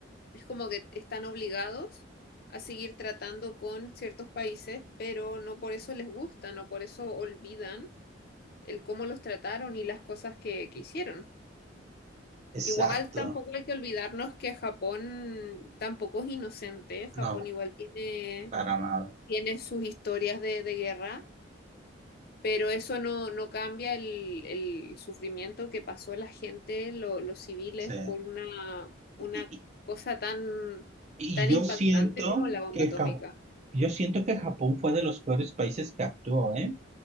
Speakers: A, on the left; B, on the right.
A: es como que están obligados a seguir tratando con ciertos países, pero no por eso les gusta, no por eso olvidan el cómo los trataron y las cosas que, que hicieron.
B: Exacto.
A: Igual tampoco hay que olvidarnos que Japón tampoco es inocente. Japón
B: No,
A: igual tiene,
B: para nada.
A: tiene sus historias de, de guerra, pero eso no, no cambia el, el sufrimiento que pasó la gente, lo- los civiles,
B: Sí.
A: por una, una
B: Y, y-
A: cosa tan,
B: y
A: tan
B: yo
A: impactante
B: siento
A: como la bomba
B: que
A: atómica.
B: Ja- yo siento que Japón fue de los peores países que actuó, ¿eh?